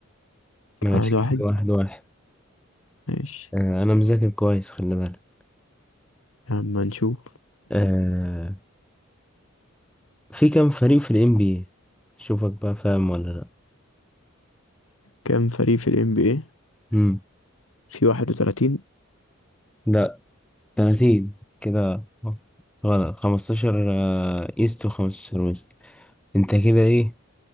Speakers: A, in the centre; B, on the left (about 85°).
A: ماشي
B: واحد
A: كده
B: واحد
A: واحد واحد
B: ماشي
A: آه انا مذاكر كويس خلي بالك
B: يا عم هنشوف
A: آه في كام فريق في ال NBA شوفك بقى فاهم ولا لا
B: كام فريق في ال NBA
A: مم.
B: في واحد وتلاتين
A: لا 30 كده غلط 15 آه ايست و15 ويست انت كده ايه